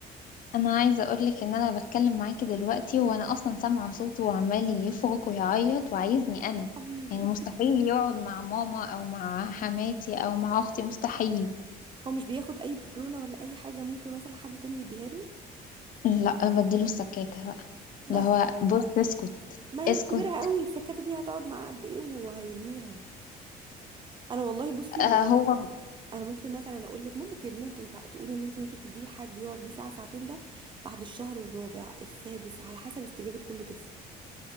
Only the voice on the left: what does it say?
انا عايزه اقولك ان انا بتكلم معاكي دلوقتي وانا اصلا سامعه صوته وعمال يفرك ويعيط وعايزني انا
يعني مستحيل يقعد مع ماما او مع حماتي او مع اختي مستحيل
لا بديله السكاتة بقى اللي
هو بص اسكت
اسكت
آه هو